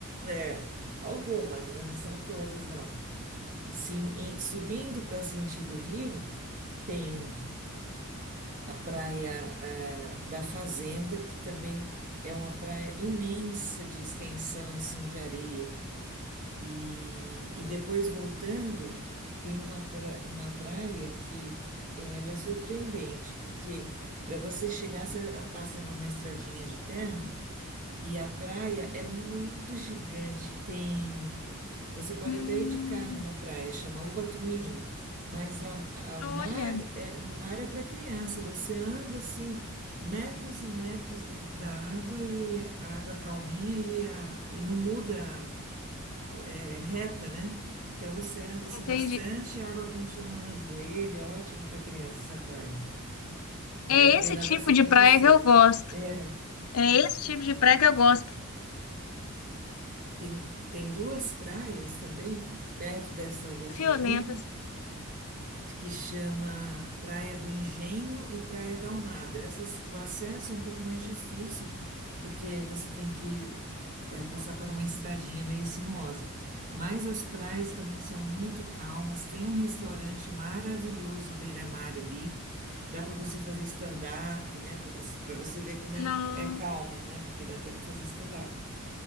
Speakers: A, on the right (about 40°); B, on the left (about 75°).
A: é, algumas, mas não são todas, não. E sim, em- subindo para sentido rio, tem a praia eh, da Fazenda, que também é uma praia imensa de extensão assim de areia. E, e depois voltando, tem uma, pra- uma praia que ela é surpreendente, porque para você chegar, você passa numa estradinha de terra e a praia é muito gigante. Tem, você pode
B: Hum,
A: até ir de carro na praia, chama Ubatumirim, mas a, a- o
B: olha,
A: mar é, no mar é para criança. Você anda assim metros e metros dentro da água e a água calminha e, a, e não muda é, reta, né? Então você anda assim
B: entendi.
A: bastante, a água continua no joelho, é ótimo para crianças a praia. Vale
B: É
A: a pena
B: esse tipo
A: você
B: de
A: conhecer.
B: praia que eu gosto.
A: É,
B: É esse tipo de praia que eu gosto.
A: tem, tem duas praias também perto dessa Botumirim.
B: Violentas.
A: que chama Praia do Engenho e Praia da Almada. Essas, o acesso é um pouco mais difícil, porque você tem que é, passar por uma estradinha meio sinuosa. Mas as praias também são muito calmas. Tem um restaurante maravilhoso à beira-mar ali. Dá para você fazer stand-up, né? Para você, para você ver como é,
B: Não.
A: é calmo, né? Porque dá até para fazer stand-up.